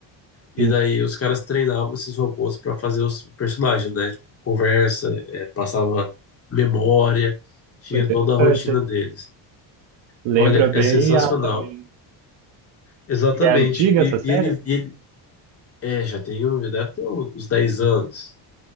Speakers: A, on the left; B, on the right.
A: E
B: sim.
A: daí os caras treinavam esses robôs para fazer os personagens, né? Tipo, conversa, é, passava memória, tinha
B: Foi interessante,
A: toda a rotina
B: hein?
A: deles.
B: Lembra
A: Olha,
B: bem
A: é sensacional.
B: a também.
A: Exatamente.
B: E é antiga
A: E,
B: essa série?
A: e ele, e ele é, já tem um, já deve ter uns 10 anos.